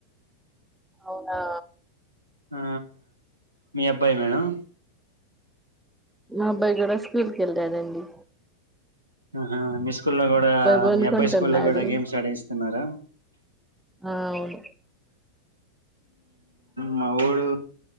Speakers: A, in the centre; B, on the right.
A: అవునా
B: ఆ మీ అబ్బాయి కి మేడం
A: మా అబ్బాయి కూడా స్కూల్ కెళ్ళడండి
B: ఆహా స్కూ లో కూడా
A: పనుకుంటున్నాడు
B: మీ అబ్బాయి స్కూల్లో కూడా గేమ్స్ ఆడేస్ తిన్నారా
A: ఆ అవును
B: మా ఊడు